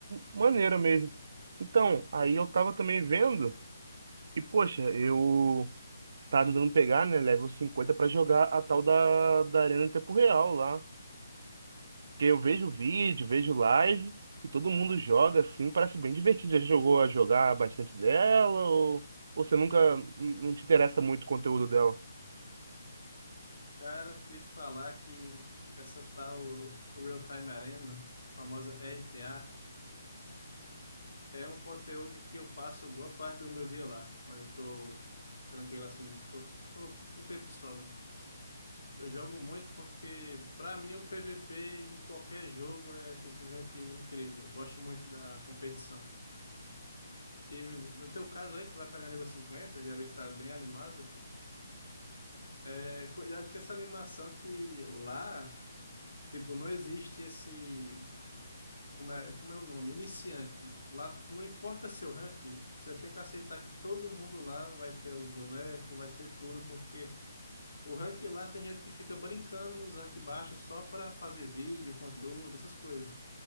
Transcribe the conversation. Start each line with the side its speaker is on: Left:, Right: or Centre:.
Right: maneira mesmo. Então, aí eu tava também vendo, e poxa, eu tava tentando pegar, né, level 50 pra jogar a tal da, da Arena em tempo real lá. Porque eu vejo vídeo, vejo live e todo mundo joga assim, parece bem divertido. Já jogou a jogar bastante dela ou, ou você nunca n- não te interessa muito o conteúdo dela?
Left: Cara, te falar que essa tal Real Time Arena, famosa RTA, é um conteúdo que eu passo boa parte do meu dia lá, mas eu tô tranquilo assim, tô, tô com tempo de sobra. Eu jogo muito porque, para mim, o PVP em qualquer jogo é simplesmente incrível. Eu gosto muito da competição. E no teu caso aí, que tu vai pegar nível 50 já vi que tá bem animado. É, cuidado com essa animação que lá. Tipo, não existe esse. Como é, como é o nome? Iniciante. Lá não importa seu ranking, você tem que aceitar que todo mundo lá vai ter os bonecos, vai ter tudo, porque o ranking lá tem gente que fica brincando nos rank baixos só para fazer vídeo, conteúdo, essas coisas.